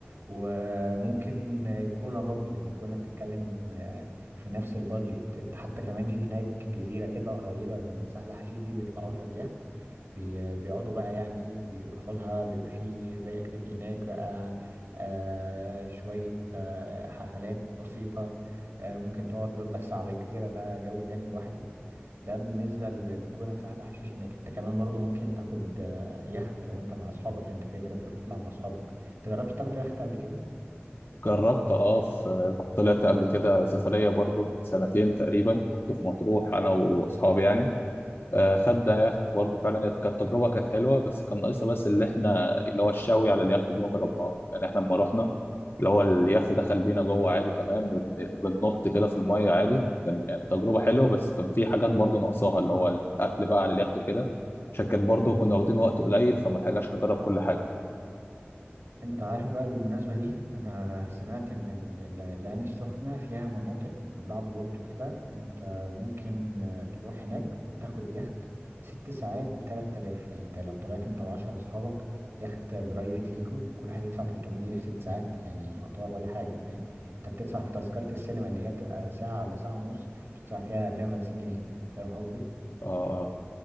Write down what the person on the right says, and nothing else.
وممكن الجونة برضو يعني الجونة بتتكلم آه، في نفس البادجت حتى كمان في هناك جزيرة كده قريبة من سهل حشيش دي بيطلعوا لها بيخت بي- بيقعدوا بقى يعني ايه بيروحوا لها بيبقى فيه زي اكتيفيتي هناك بقى آه شوية آه حفلات بسيطة آه ممكن تقعد بس على الجزيرة ده جو تاني لوحده ده بالنسبة للجونة وسهل حشيش هناك انت كمان برضو ممكن تاخد آه، يخت لو انت مع اصحابك يعني انت كده كده بتقول تطلع مع اصحابك انت جربت تاخده يخت قبل كده
انت عارف بقى بالمناسبة دي انا سمعت ان ال- ال- العين السخنة فيها مناطق بعد بورتو كده انت ممكن آه، تروح هناك وتاخد يخت ست ساعات بتلات تلاف يعني انت لو طلعت انت وعشر اصحابك يخت برايفت ليكو كل واحد يدفع 300 جنيه في ست ساعات يعني يعتبر ولا حاجة فاهم انت بتدفع في تذكرة السينما اللي هي بتبقى ساعة ولا ساعة ونص بتدفع فيها 150 جنيه فاهم قصدي